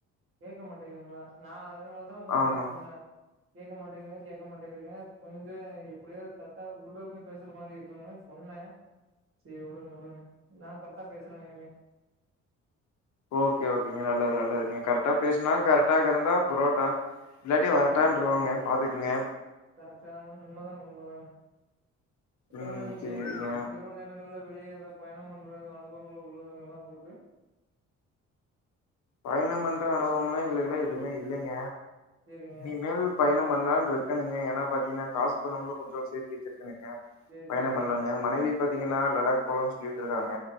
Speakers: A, on the right; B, on the left.
A: கேட்க மாட்டேங்குதுங்களா நா அதனால தா உங்ககிட்ட
B: ஆமா
A: சொன்னே கேக்க மாட்டேதுங்க கேட்க மாட்டேதுங்க கொஞ்சு எப்படியோ கரெக்டா உள்ள இருந்து பேசுற மாரி இருக்கதுநால சொன்னே சேரி உடுங்க உடுங்க நா கரெக்டா பேசுறே இனிமே
B: ஓக்கே ஓக்கேங்க நல்லது நல்லதுங்க கரெக்டா பேசுனா கரெக்டாக இருந்தா புரோட்டா இல்லாட்டியு வரட்டான்னுருவாங்க
A: ஆமா ஆமாங்க
B: பாத்துக்கங்க
A: கரெக்டா உண்மைதாங்க உண்மைதாங்க அப்புற
B: ம்
A: நீங்க
B: சரிங்க
A: இரவு நேர நேரங்கள்ள வெளியே ஏதோ பயணம் பண்ற அனுபவங்கள் உள்ளதுங்களா உங்களுக்கு
B: பயணம் பண்ற அனுபவம் எல்லா எங்களுக்குலா எதுமே இல்லங்க
A: சேரிங்க
B: இனி மேல் பயணம் பண்ணலாம்னு இருக்கனுங்க ஏன்னா பாத்தீங்கன்னா காசு பணம்ல கொஞ்சு சேத்தி வச்சிருக்கனுங்க
A: சேரி
B: பயணம்
A: சேரிங்க
B: பண்லான்னு மனைவி பாத்தீங்கன்னா லடாக் போலானு சொல்லிட்டு இருக்காங்க